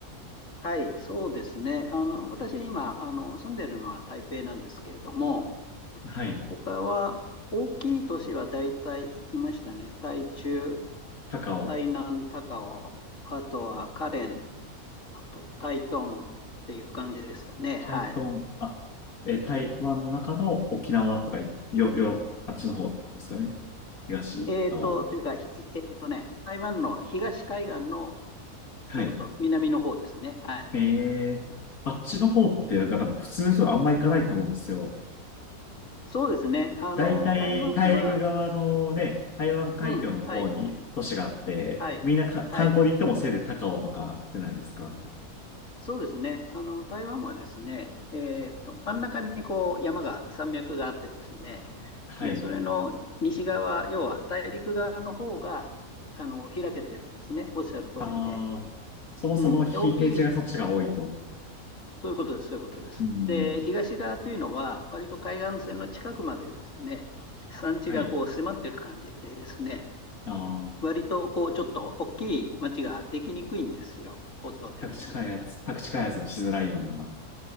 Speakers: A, on the left; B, on the left.
A: はい、そうですね。あの、私今、あの、住んでるのは台北なんですけれども、
B: はい、
A: 他は大きい都市は大体行きましたね。台中、
B: 高雄、
A: 台南、高雄、あとは花蓮、あと台東っていう感じですかね。はい。
B: 台東、あ、え、台湾の中の沖縄とか、よ、よ、あっちの方とかですかね。東側。
A: えーと、というか、ひえーとね、台湾の東海岸の
B: はい。
A: ちょっと南の方ですね。はい。
B: えー、あっちの方って、なんか多分普通の人はあんま行かないと思うんですよ。
A: そうですね。あの、
B: 大体大陸側のね、
A: 台湾は、
B: 台湾海峡の方に都市があって、
A: うん、はい。はい、
B: みんなか観光で行ってもせいぜい高雄とかじゃないですか。
A: はい、そうですね、あの台湾はですね、えーと、真ん中にこう山が、山脈があってですね、
B: はい。
A: でそれの西側、要は大陸側の方があの開けてるんですね、おっしゃる通りで。
B: ああ、そもそも非平地がそっちが多いと。
A: うん、で、大きい、そういうことです、そういうことです。
B: うん。
A: で、東側というのは、割と海岸線の近くまでですね、山地がこう迫ってる感じでですね、
B: はい。ああ、
A: 割とこうちょっと大きい町ができにくいんですよ、構造的に。
B: 宅地開発、宅地開発もしづらいような